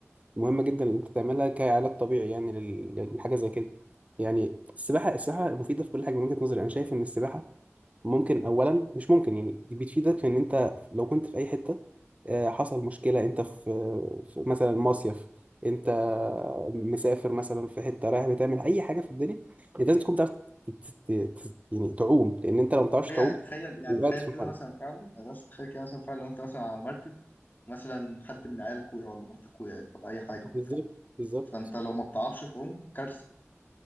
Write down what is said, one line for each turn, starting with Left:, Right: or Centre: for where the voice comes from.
Right: المهمة جدا اللي أنت تعملها كعلاج طبيعي يعني لل- للحاجة زي كده يعني السباحة السباحة مفيدة في كل حاجة من وجهة نظري أنا شايف إن السباحة ممكن أولا مش ممكن يعني دي بتفيدك في إن أنت لو كنت في أي حتة آه، حصل مشكلة انت في في مثلا مصيف انت مسافر مثلا في حتة رايح بتعمل اي حاجة في الدنيا انت لازم تكون بتعرف ت- ت- ت- يعني تعوم لان انت لو ما بتعرفش
Left: يعني
Right: تعوم
Left: تخيل يعني
Right: وقعت
Left: تخيل
Right: في
Left: كده
Right: الميه
Left: مثلا فعلا يعني بس تخيل كده مثلا فعلا لو أنت مثلا على مركب مثلا حد من عيالك وقع ولا مرتك وقعت ولا أي حاجة وبتاع
Right: بالظبط بالظبط
Left: فأنت لو ما بتعرفش تعوم كارثة